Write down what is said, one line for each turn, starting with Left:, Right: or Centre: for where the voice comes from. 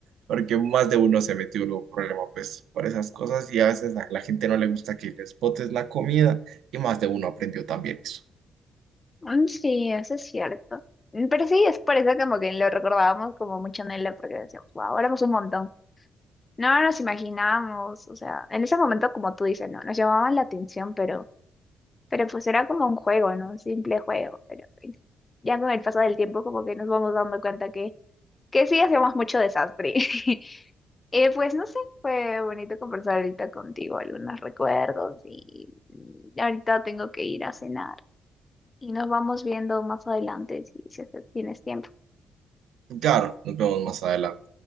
Right: porque más de uno se metió en un problema pues por esas cosas y a veces a la gente no le gusta que les botes la comida y más de uno aprendió también eso.
Left: Mm, Sí, eso es cierto. Mm, Pero sí, es por eso como que lo recordábamos como mucho en él, porque decíamos, wow, éramos un montón. No nos imaginábamos, o sea, en ese momento, como tú dices, no, nos llamaban la atención, pero, pero pues era como un juego, ¿no? Un simple juego, pero pues, ya con el paso del tiempo como que nos vamos dando cuenta que, que sí hacíamos mucho desastre. <laughs> Eh, pues no sé, fue bonito conversar ahorita contigo, algunos recuerdos y mm, ahorita tengo que ir a cenar y nos vamos viendo más adelante si, si tienes tiempo.
Right: Claro, nos vemos más adelante.